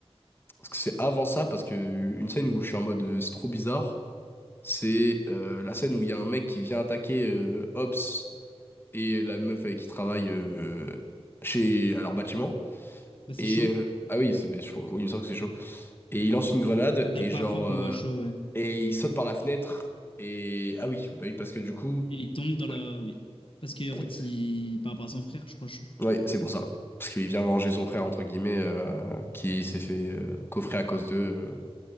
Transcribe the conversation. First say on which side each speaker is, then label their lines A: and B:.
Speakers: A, on the left; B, on the left.
A: Parce que c'est avant ça, parce que une scène où je suis en mode euh, c'est trop bizarre, c'est euh, la scène où il y a un mec qui vient attaquer euh, Hobbs et la meuf avec qui il travaille euh, chez... à leur bâtiment.
B: Bah, c'est
A: Et.
B: chaud.
A: euh, Ah oui, c'est... ben, je crois- il me semble que c'est chaud. Et il lance une grenade
B: C'est
A: et
B: la première
A: genre.
B: fois qu'on
A: euh,
B: voit chaud, ouais.
A: Et il saute par la fenêtre. Et. Ah oui, bah oui, parce que du coup.
B: Et il tombe dans la.
A: ouais.
B: Oui. Parce que en
A: Ouais.
B: fait, il... par rapport à son frère, je crois chaud.
A: Oui, c'est pour ça. Parce qu'il vient venger son frère, entre guillemets, euh, qui s'est fait euh, coffrer à cause d'eux. euh,